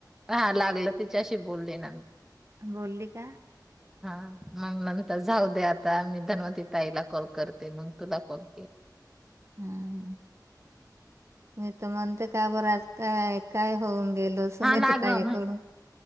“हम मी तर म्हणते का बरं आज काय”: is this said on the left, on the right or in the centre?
Right